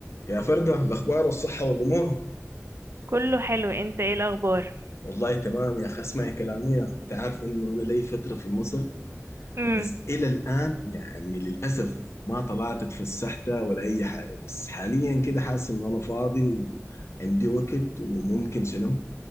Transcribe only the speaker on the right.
كله حلو انت ايه الاخبار
امم